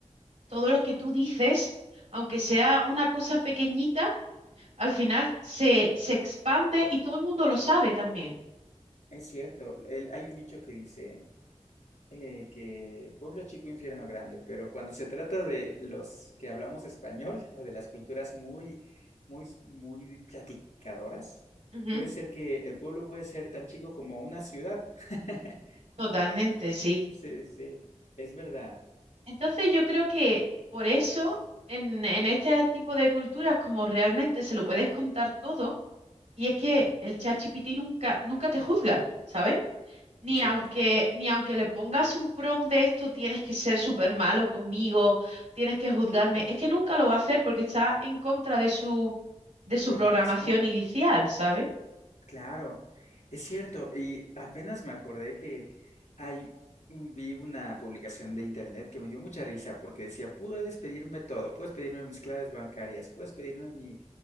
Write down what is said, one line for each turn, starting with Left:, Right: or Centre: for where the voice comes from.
Right: todo lo que tú dices, aunque sea una cosa pequeñita, al final se, se expande y todo el mundo lo sabe también.
Left: Es cierto. El- hay un dicho que dice... eh, que pueblo chico, infierno grande, pero cuando se trata de los que hablamos español <laughs> o de las culturas muy, muy, muy platicadoras,
Right: Ujú,
Left: puede ser que el pueblo puede ser tan chico como una ciudad. <laughs>
Right: Totalmente, sí.
Left: Sí, sí, es verdad,
Right: Entonces yo creo que por eso en, en este tipo de culturas como realmente se lo puedes contar todo y es que el ChatGPT nunca, nunca te juzga, ¿sabes? Ni
Left: es
Right: aunque,
Left: verdad.
Right: ni aunque le pongas un prompt de esto, tienes que ser súper malo conmigo, tienes que juzgarme. Es que nunca lo va a hacer porque está en contra de su, de su
Left: Programación.
Right: programación inicial, ¿sabes?
Left: Claro, es cierto. Y apenas me acordé que hay, un- vi una publicación de internet que me dio mucha risa porque decía, puedes pedirme todo, puedes pedirme mis claves bancarias, puedes pedirme mi